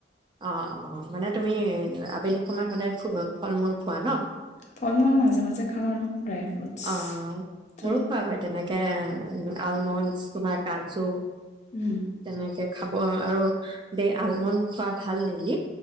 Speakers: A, on the right; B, on the left.
A: অ অ অ, মানে তুমি আবেলি সময়ত সদায় ফু, ফল মূল খোৱা ন?
B: ফল মূল মাজে মাজে খাওঁ আৰু। ড্ৰাই ফ্ৰুটছ
A: অ।
B: ত'
A: মোৰো খোৱা হয় তেনেক কে আলমণ্ডছ, তোমাৰ কাজু।
B: উম।
A: তেনেকে- খাব আৰু দেই আলমণ্ড খোৱা ভাল ডেইলী।